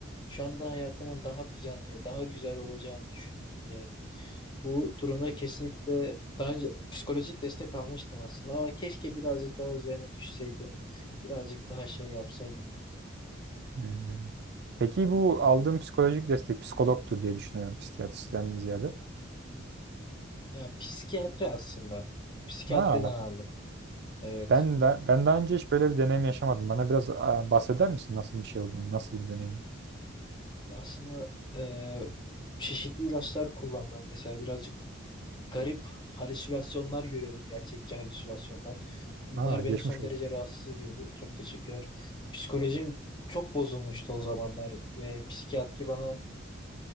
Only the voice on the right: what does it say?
Hmm. Peki bu aldığım psikolojik destek psikologtur diye düşünüyorum psikiyatristen ziyade.
Aa,
ben de, ben daha önce hiç böyle bir deneyim yaşamadım. Bana biraz aa, bahseder misin nasıl bir şey olduğunu, nasıl bir deneyim?
Aa, geçmiş
olsun.